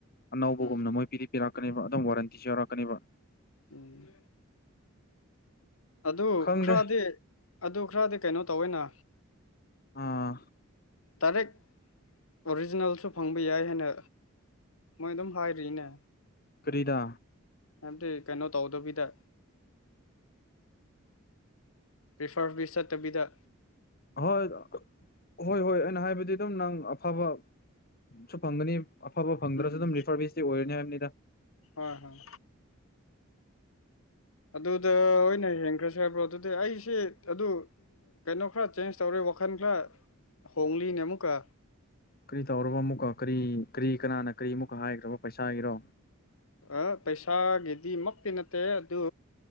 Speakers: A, on the left; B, on the left.
A: ꯑꯅꯧꯕꯒꯨꯝꯅ
B: ꯎꯝ
A: ꯃꯣꯏ ꯄꯤꯗꯤ ꯄꯤꯔꯛꯀꯅꯤꯕ ꯑꯗꯨꯝ ꯋꯥꯔꯟꯇꯤꯁꯨ ꯌꯥꯎꯔ ꯀꯅꯤꯕ
B: ꯎꯝ ꯑꯗꯨ
A: ꯈꯪꯗꯦ
B: ꯈꯔꯗꯤ ꯑꯗꯨ ꯈꯔꯗꯤ ꯀꯩꯅꯣ ꯇꯧꯋꯦꯅ
A: ꯑꯥ
B: ꯇꯔꯦꯠ ꯑꯣꯔꯤꯖꯤꯅꯦꯜꯁꯨ ꯐꯪꯕ ꯌꯥꯏ ꯍꯥꯏꯅ ꯃꯣꯏ ꯑꯗꯨꯝ ꯍꯥꯏꯔꯤꯅꯦ
A: ꯀꯔꯤꯗꯥ
B: ꯍꯥꯏꯝꯗꯤ ꯀꯩꯅꯣ ꯇꯧꯗꯕꯤꯗ ꯔꯤꯐꯔ ꯔꯤꯁ ꯆꯠꯇꯕꯤꯗ
A: ꯍꯣꯏ ꯍꯣꯏ ꯍꯣꯏ ꯑꯩꯅ ꯍꯥꯏꯕꯗꯤ ꯑꯗꯨꯝ ꯅꯪ ꯑꯐꯕ ꯁꯨ ꯐꯡꯒꯅꯤ ꯑꯐꯕ ꯐꯪꯗ꯭ꯔꯁꯨ
B: ꯎꯝ
A: ꯑꯗꯨꯝ ꯔꯤꯐꯔ ꯕꯤꯁꯇꯤ ꯑꯣꯏꯔꯅꯤ ꯍꯥꯏꯕꯅꯤꯗ
B: ꯍꯣꯏ ꯍꯣꯏ ꯑꯗꯨꯗ ꯑꯣꯏꯅ ꯍꯦꯟꯈ꯭ꯔꯁ ꯍꯥꯏꯕ꯭ꯔꯣ ꯑꯗꯨꯗꯤ ꯑꯩꯁꯦ ꯑꯗꯨ ꯀꯩꯅꯣ ꯈꯔ ꯆꯦꯟꯖ ꯇꯧꯔꯦ ꯋꯥꯈꯜ ꯈꯔ ꯍꯣꯡꯂꯤꯅꯦ ꯑꯃꯨꯛꯀ
A: ꯀꯔꯤ ꯇꯧꯔꯕ ꯑꯃꯨꯛꯀ ꯀꯔꯤ ꯀꯔꯤ ꯀꯅꯥꯅ ꯀꯔꯤ ꯑꯃꯨꯛꯀ ꯍꯥꯏꯈ꯭ꯔꯕ ꯄꯩꯁꯥꯒꯤꯔꯣ
B: ꯑ ꯄꯩꯁꯥꯒꯤꯗꯤ ꯃꯛꯇꯤ ꯅꯠꯇꯦ ꯑꯗꯨ